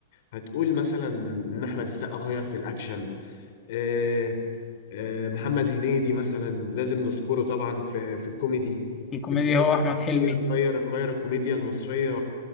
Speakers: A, on the left; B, on the left.
A: هتقول مثلا ان احمد السقا غير في الاكشن آه، آه، محمد هنيدي مثلا لازم نذكره طبعا في في الكوميدي
B: الكوميديا
A: في الكوميدي
B: هو احمد حلمي
A: غير غير غير الكوميديا المصريه